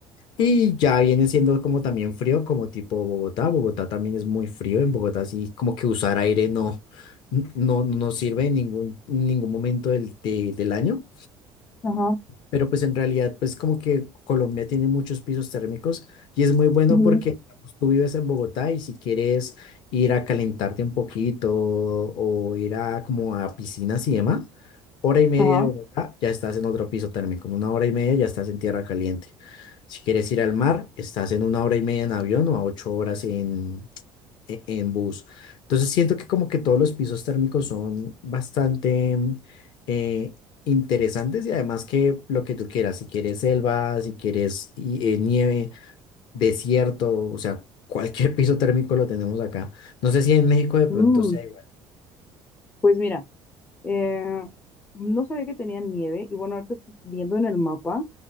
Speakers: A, on the left; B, on the left.
A: y ya viene siendo como también frío, como tipo Bogotá. Bogotá también es muy frío. En Bogotá sí, como que usar aire no, n- no, no sirve en ningún, ningún momento del, de- del año
B: ajá,
A: pero pues en realidad pues como que Colombia tiene muchos pisos térmicos y es muy bueno
B: ujú,
A: porque digamos, tú vives en Bogotá y si quieres ir a calentarte un poquito o ir a como a piscinas y demás, hora y media
B: ajá.
A: de Bogotá ya estás en otro piso térmico, en una hora y media ya estás en tierra caliente. Si quieres ir al mar, estás en una hora y media en avión o a ocho horas en, e- en bus. Entonces siento que como que todos los pisos térmicos son bastante mm, eh, interesantes y además que lo que tú quieras, si quieres selva, si quieres y- eh, nieve, desierto, o sea, <laughs> cualquier piso térmico lo tenemos acá. No sé si en México de pronto
B: Mm,
A: sea igual.
B: Pues mira, eh, no sabía que tenía nieve y bueno, ahorita estoy viendo en el mapa